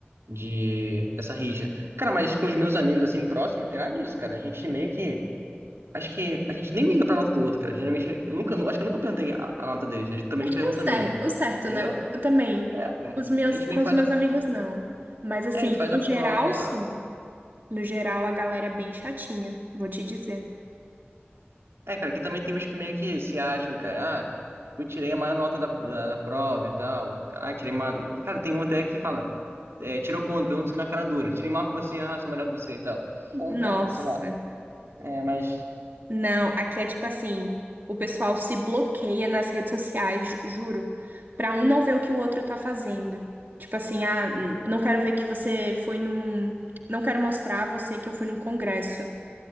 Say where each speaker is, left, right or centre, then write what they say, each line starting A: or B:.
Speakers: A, on the right; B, on the right.
A: de dessa rixa. Cara, mas com os meus amigos assim próximos, não tem nada disso, cara. A gente meio que. Acho que a gente nem liga pra nota do outro, cara. Geralmente, eu nunca, acho que eu nunca perguntei a, a nota deles. Eles também
B: Acho
A: não perguntam
B: que é o certo,
A: a minha,
B: o certo,
A: entendeu?
B: né? Eu também.
A: É, pô.
B: Os meus,
A: A gente
B: com
A: meio que
B: os
A: faz
B: meus
A: a.
B: amigos, não. Mas assim,
A: É, a gente faz a
B: no
A: prova
B: geral,
A: lá.
B: sim. No geral, a galera é bem chatinha, vou te dizer.
A: É, é, cara, que também tem uns que meio que se acham, cara. Ah, eu tirei a maior nota da, da, da prova e tal. Caraca, tirei uma. Cara, tem um até que fala. É, tirou quanto? Eu não sei na cara dura. Tirei maior que você, ah, sou melhor que você e tal. Tá Bom,
B: Nossa.
A: cara, sei lá. É, mas.
B: Não, aqui é tipo assim, o pessoal se bloqueia nas redes sociais, juro, pra um não ver o que o outro tá fazendo. Tipo assim, ah, n- não quero ver que você foi num, não quero mostrar a você que eu fui num congresso,